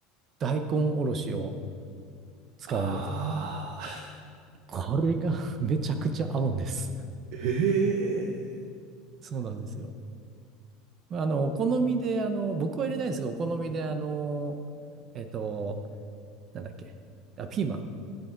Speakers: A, on the right; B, on the right.
A: 大根おろしを使うんですよ。
B: ああ、
A: これが <laughs> めちゃくちゃ合うんです。
B: <laughs> へえ。
A: そうなんですよ。あの、お好みで、あの、僕は入れないんですが、お好みで、あの、えっと、なんだっけ、あ、ピーマン